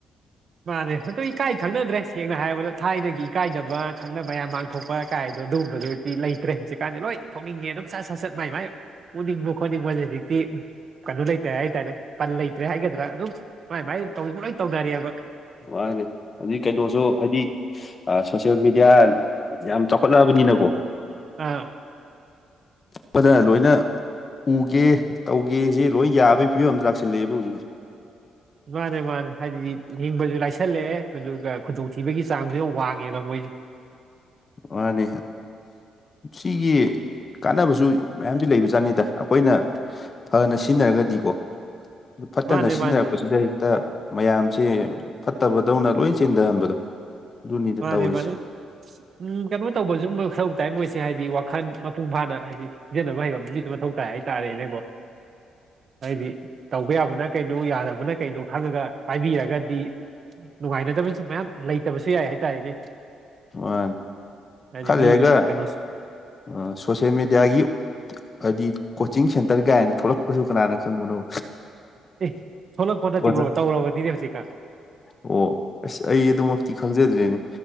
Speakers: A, on the right; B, on the left.
A: ꯃꯥꯅꯦ ꯑꯗꯨ ꯏꯀꯥꯏ ꯈꯪꯅꯗ꯭ꯔꯦ ꯁꯦꯡꯅ ꯍꯥꯏꯔꯕꯗ ꯊꯥꯏꯅꯗꯒꯤ ꯏꯀꯥꯏꯗꯕ ꯈꯪꯅꯕ ꯃꯌꯥꯝ ꯃꯥꯡꯊꯣꯛꯄ ꯀꯀꯥꯏꯗ ꯑꯗꯨꯒꯕꯗꯨꯗꯤ ꯂꯩꯇ꯭ꯔꯦ ꯍꯧꯖꯤꯛꯀꯥꯟꯗꯤ ꯂꯣꯏ ꯊ ꯊꯣꯛꯅꯤꯡꯉꯦ ꯑꯗꯨꯝ ꯁꯠ ꯁꯠ ꯁꯠ ꯃꯥꯏ ꯃꯥꯏ ꯎꯅꯤꯡꯕ ꯈꯣꯠꯅꯤꯡꯕꯁꯦ ꯍꯧꯖꯤꯛꯇꯤ ꯀꯩꯅꯣ ꯂꯩꯇꯔꯦ ꯍꯥꯏꯇꯥꯔꯦ ꯄꯟ ꯂꯩꯇ꯭ꯔꯦ ꯍꯥꯏꯒꯗ꯭ꯔꯥ ꯑꯗꯨꯝ ꯃꯥꯏ ꯃꯥꯏꯝ ꯇꯧ ꯂꯣꯏ ꯇꯧꯅꯔꯦꯑꯕ
B: ꯃꯥꯅꯤ ꯑꯗꯨꯗꯤ ꯀꯩꯅꯣꯁꯨ ꯍꯥꯏꯗꯤ ꯁꯣꯁꯤꯌꯦꯜ ꯃꯦꯗꯤꯌꯥ ꯌꯥꯝ ꯆꯥꯎꯈꯠꯂꯕꯅꯤ ꯃꯤꯅꯀꯣ
A: ꯑꯥ
B: ꯄꯗ ꯂꯣꯏꯅ ꯎꯒꯦ ꯇꯧꯒꯦ ꯁꯤ ꯂꯣꯏ ꯌꯥꯕꯒꯤ ꯐꯤꯕꯝ ꯑꯃ ꯂꯥꯛꯁꯜꯂꯛꯑꯦꯕ ꯍꯧꯖꯤꯛꯀꯤ
A: ꯃꯥꯅꯦ ꯃꯥꯅꯦ ꯍꯥꯏꯗꯤꯗꯤ ꯍꯤꯡꯕꯁꯨ ꯂꯥꯏꯁꯜꯂꯛꯑꯦ ꯑꯗꯨꯒ ꯈꯨꯗꯣꯡꯊꯤꯕꯒꯤ ꯆꯥꯡꯁꯨ ꯌꯥꯝ ꯋꯥꯡꯉꯦꯕ ꯃꯣꯏꯁꯦ
B: ꯃꯥꯅꯦ ꯁꯤꯒꯤ ꯀꯥꯟꯅꯕꯁꯨ ꯃꯌꯥꯝꯁꯨ ꯂꯩꯕꯖꯥꯠꯅꯤꯗ ꯑꯩꯈꯣꯏꯅ ꯐꯅ ꯁꯤꯖꯤꯟꯅꯔꯒꯗꯤꯀꯣ ꯑꯗꯨ ꯐꯠꯇꯅ
A: ꯃꯥꯅꯦ
B: ꯁꯤꯖꯤꯟꯅꯔꯛꯄꯁꯤꯗ
A: ꯃꯥꯅꯦ
B: ꯍꯦꯛꯇ ꯃꯌꯥꯝꯁꯦ ꯐꯠꯇꯕꯗꯧꯅ ꯂꯣꯏ ꯆꯦꯟꯊꯍꯟꯕꯗꯣ ꯑꯗꯨꯅꯤꯗ
A: ꯃꯥꯅꯦ
B: ꯇꯧꯔꯤꯁꯦ
A: ꯃꯥꯅꯤ ꯎꯝ ꯀꯩꯅꯣ ꯇꯧꯕꯁꯨꯨꯝꯕ ꯃꯊꯧ ꯇꯥꯏ ꯃꯣꯏꯁꯦ ꯍꯥꯏꯗꯤ ꯋꯥꯈꯜ ꯃꯄꯨꯡ ꯐꯥꯅ ꯍꯥꯏꯗꯤ ꯁꯤꯖꯟꯅꯕ ꯍꯩꯕ ꯃꯤꯁꯨ ꯃꯊꯧ ꯇꯥꯏ ꯏ ꯇꯔꯦꯅꯦꯀꯣ
B: ꯎ
A: ꯍꯥꯏꯗꯤ ꯇꯧꯕ ꯌꯥꯕꯅ ꯀꯩꯅꯣ ꯌꯥꯗꯕ ꯑꯗꯨꯅ ꯀꯩꯅꯣ ꯈꯪꯉꯒ ꯄꯥꯏꯕꯤꯔꯒꯗꯤ ꯅꯨꯡꯉꯥꯏꯅꯗꯕꯁꯨ ꯃꯌꯥꯝ ꯂꯩꯇꯕꯁꯨ ꯌꯥꯏ ꯍꯥꯏꯇꯥꯔꯦꯅꯦ
B: ꯑ
A: ꯍꯥꯏꯗꯤ
B: ꯈꯔꯦꯒ
A: ꯃꯤꯒꯤ ꯀꯩꯅꯣꯁꯦ
B: ꯑ ꯁꯣꯁꯦꯜ ꯃꯦꯗꯤꯌꯥꯒꯤ ꯍꯥꯏꯗꯤ ꯀꯣꯆꯤꯡ ꯁꯦꯟꯇꯔ ꯀꯥꯏꯅ ꯊꯣꯛꯂꯛꯄꯁꯨ ꯀꯅꯥꯅ ꯈꯪꯕꯅꯣ
A: ꯑꯦ ꯊꯣꯛꯂꯛꯄ ꯅꯠꯇꯦꯕ꯭ꯔꯣ
B: ꯑꯣꯖꯥ
A: ꯇꯧꯔꯕꯗꯤꯅꯦ ꯍꯧꯖꯤꯛꯀꯥꯟ
B: ꯑꯣ ꯑꯁ ꯑꯩ ꯑꯗꯨꯃꯛꯇꯤ ꯈꯪꯖꯗ꯭ꯔꯤꯦꯅꯦ